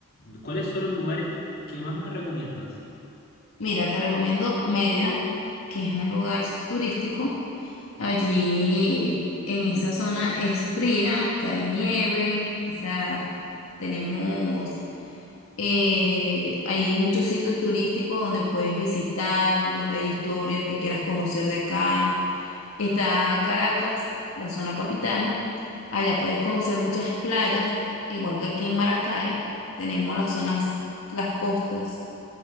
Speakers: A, on the left; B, on the left.
A: ¿Cuáles son los lugares que más me recomiendas?
B: Mira, te recomiendo Mérida, que es un lugar turístico. Allí en esa zona es fría, cae nieve, o sea, tenemos, eh, hay muchos sitios turísticos donde puedes visitar, donde hay historias que quieras conocer de acá. Está Caracas, la zona capital. Allá puedes conocer muchas playas, igual que aquí en Maracay. Tenemos las zonas, las costas.